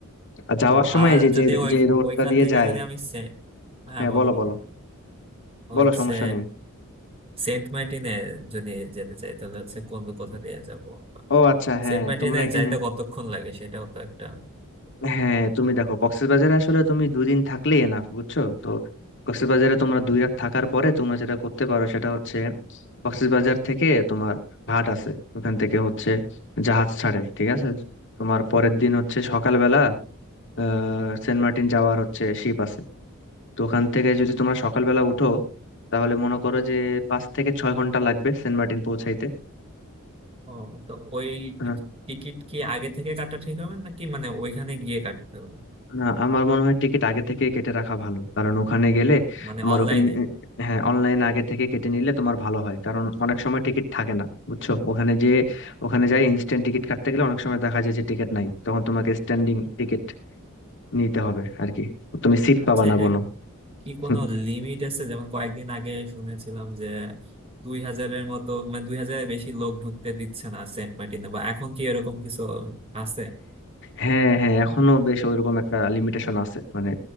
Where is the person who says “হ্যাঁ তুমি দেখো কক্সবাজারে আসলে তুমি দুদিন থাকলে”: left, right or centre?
Left